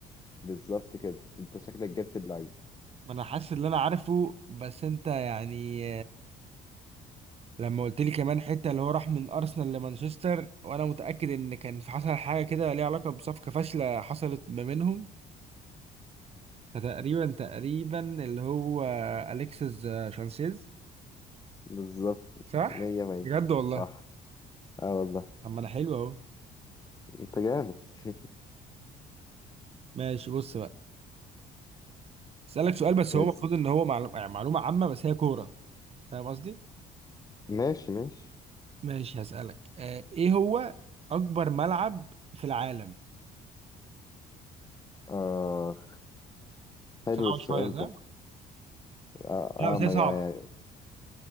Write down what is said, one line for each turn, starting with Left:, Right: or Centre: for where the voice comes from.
Left: بالظبط كده انت شكلك جبت اللعيب
Right: ما أنا حاسس إن أنا عارفه بس أنت يعني لما قلت لي كمان حته اللي هو راح من ارسنال لمانشستر وانا متاكد ان كان في حصل حاجه كده ليها علاقه بصفقه فاشله حصلت ما بينهم فتقريبا تقريبا اللي هو اليكسيس شانسيز
Left: بالظبط
Right: صح
Left: مية مية
Right: بجد والله
Left: صح اه والله
Right: طب ما انا حلو اهو
Left: انت جامد <laughs>
Right: ماشي بص بقى اسالك سؤال بس
Left: ماشي.
Right: هو المفروض ان هو معلومه يعني معلومه عامه بس هي كوره فاهم قصدي
Left: ماشي ماشي
Right: ماشي هسالك آه ايه هو اكبر ملعب في العالم
Left: آه حلو
Right: صعب
Left: السؤال
Right: شويه صح
Left: ده آه,
Right: لا بس
Left: آه ما
Right: هي صعبه
Left: يعني